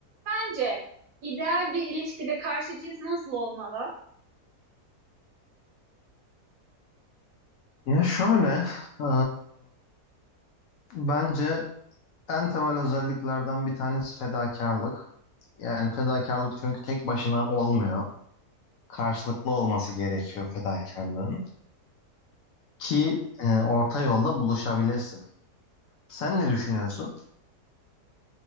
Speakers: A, on the right; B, on the left.
A: Bence ideal bir ilişkide karşı cins nasıl olmalı?
B: Ya şöyle, e, bence en temel özelliklerden bir tanesi fedakarlık. Yani fedakarlık çünkü tek başına olmuyor. Karşılıklı olması gerekiyor fedakarlığın. Ki e, orta yolda buluşabilesin. Sen ne düşünüyorsun?